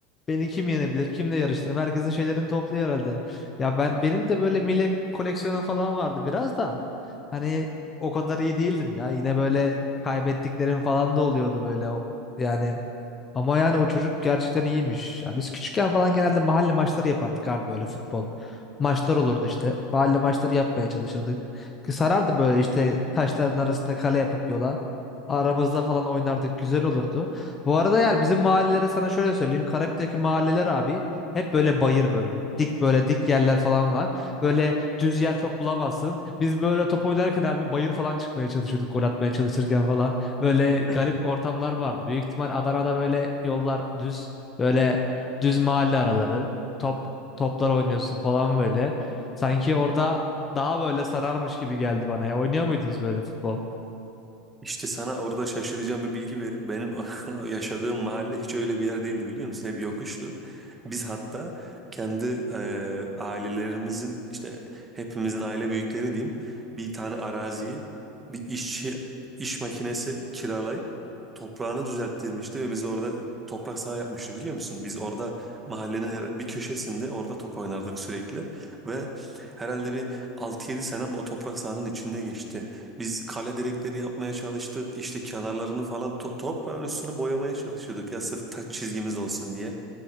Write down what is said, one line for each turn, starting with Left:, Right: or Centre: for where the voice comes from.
Left: Beni kim yenebilir, kimle yarıştırırım? Herkesin şeylerini topluyor herhalde. Ya ben benim de böyle millet koleksiyonu falan vardı biraz da. Hani o kadar iyi değildim ya. Yine böyle kaybettiklerim falan da oluyordu böyle. O- Yani ama yani o çocuk gerçekten iyiymiş. Ya biz küçükken falan genelde mahalle maçları yapardık abi böyle futbol. Maçlar olurdu işte. Mahalle maçları yapmaya çalışırdık. Ki sarardı böyle işte taşların arasında kale yapıp yola. Aramızda falan oynardık. Güzel olurdu. Bu arada yani bizim mahallelere sana şöyle söyleyeyim. Karabük'teki mahalleler abi hep böyle bayır böyle. Dik böyle dik yerler falan var. Böyle düz yer çok bulamazsın. Biz böyle top oynarken abi bayır falan çıkmaya çalışıyorduk. Gol atmaya çalışırken falan. Böyle garip
Right: Heh.
Left: ortamlar vardı. Büyük ihtimal Adana'da böyle yollar düz, böyle düz mahalle araları, top toplar oynuyorsun falan böyle. Sanki orada daha böyle sararmış gibi geldi bana ya. Oynuyor muydunuz böyle futbol?
Right: İşte sana orada şaşıracağım bir bilgi vereyim. Benim <laughs> o yaşadığım mahalle hiç öyle bir yer değildi biliyor musun? Hep yokuştu. Biz hatta kendi e, ailelerimizin işte hepimizin aile büyükleri diyeyim bir tane araziye bir işçi iş makinesi kiralayıp toprağını düzelttirmişti ve biz orada toprak saha yapmıştı biliyor musun? Biz orada mahallenin her- bir köşesinde orada top oynardık sürekli ve herhalde bir altı yedi senem o toprak sahanın içinde geçti. Biz kale direkleri yapmaya çalıştık. İşte kenarlarını falan to- toprağın üstünü boyamaya çalışıyorduk ya sırf taç çizgimiz olsun diye.